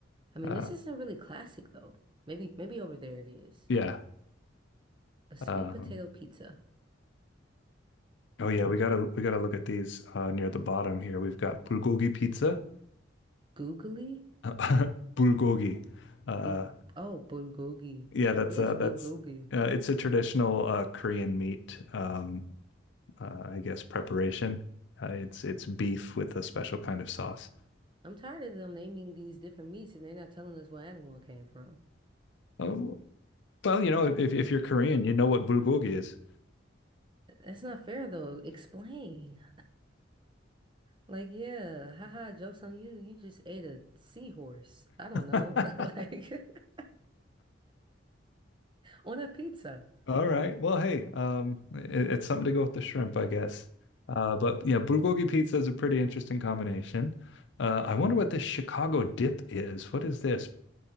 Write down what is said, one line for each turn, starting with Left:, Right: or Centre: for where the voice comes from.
Right: I mean,
Left: Uh,
Right: this isn't really classic though. Maybe maybe over there it is.
Left: yeah.
Right: A sweet
Left: Um,
Right: potato pizza.
Left: Oh yeah, we gotta we gotta look at these uh, near the bottom here. We've got bulgogi pizza,
Right: Googly?
Left: <laughs> bulgogi. Uh,
Right: Bug oh, bulgogi.
Left: yeah, that's
Right: What is
Left: uh, that's
Right: bulgogi?
Left: uh, it's a traditional uh, Korean meat, um, uh, I guess preparation. Uh, it's it's beef with a special kind of sauce.
Right: I'm tired of them naming these different meats and they're not telling us what animal it came from.
Left: Uh, well, you know, if if you're Korean, you know what bulgogi is.
Right: That's not fair though. Explain. Like, yeah, haha, joke's on you. You just ate a seahorse. I don't know.
Left: <laughs>
Right: <laughs> Like <laughs> On a pizza.
Left: All right. Well, hey, um, it, it's something to go with the shrimp, I guess. Uh, but yeah, bulgogi pizza is a pretty interesting combination. Uh, I wonder what this Chicago dip is. What is this?